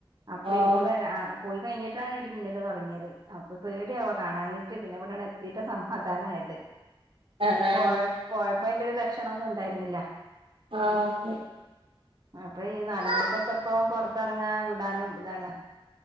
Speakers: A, on the right; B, on the right.
A: അപ്പൊ
B: ഓഹ്
A: എനിക്ക് വരാ പോയി കഴിഞ്ഞിട്ടാണ് ഇടി മുന്നിൽ തുടങ്ങിയത് അപ്പൊ പേടിയവാ കാണാഞ്ഞിട്ട് പിന്നെ ഇവിടയാണ് എത്തിട്ട് സമാധാനമായിരുന്നു
B: ആഹ് ആഹ്
A: പോയപ്പോ അന്റെ ഒരു ലക്ഷണൊന്നും ഉണ്ടായിരുന്നില്ല.
B: ആഹ്
A: അപ്പൊ ഈ നാല്
B: ഓക്കെ
A: മണിക്കൊക്കെ ഇപ്പം പുറത്തിറങ്ങാ വിടാനും ഇതാണ്